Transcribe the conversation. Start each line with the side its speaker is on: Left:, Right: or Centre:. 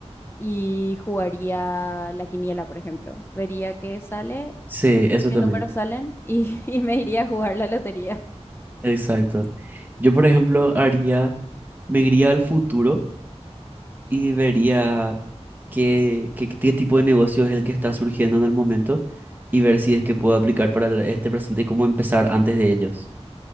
Left: y jugaría la quiniela, por ejemplo. Vería qué sale,
Right: sí, eso
Left: qué
Right: también.
Left: números salen y, <laughs> y me iría a jugar la lotería.
Right: Exacto. Yo, por ejemplo, haría, me iría al futuro y vería qué, qué, qué tipo de negocio es el que está surgiendo en el momento y ver si es que puedo aplicar para el- este presente y cómo empezar antes de ellos.